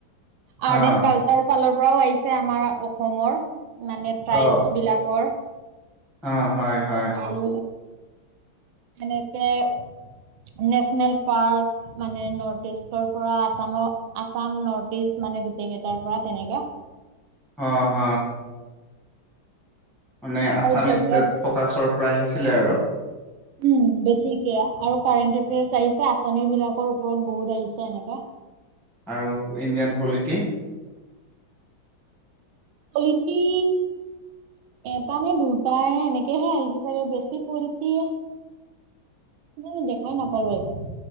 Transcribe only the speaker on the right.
আৰ্ট
এণ্ড কালচাৰ ফালৰ পৰাও আহিছে আমাৰ অসমৰ মানে ট্ৰাইবছ
বিলাকৰ
আৰু এনেকে নেচনেল পাৰ্ক মানে নৰ্থ ইষ্টৰ পৰা আসামৰ আসাম নৰ্থ ইষ্ট মানে গোটেই কেইটাৰ পৰা তেনেকে
আৰু জগ্ৰাফি
উম বেছিকে আৰু কাৰেণ্ট এফেয়াৰ্চ আহিছে আঁচনিবিলাকৰ ওপৰত বহুত আহিছে এনেকা।
পলিটি এটা নে দুটাই এনেকেহে আহিছে চাগে বেছি পলিটি মই দেখাই নাপালো এইখন।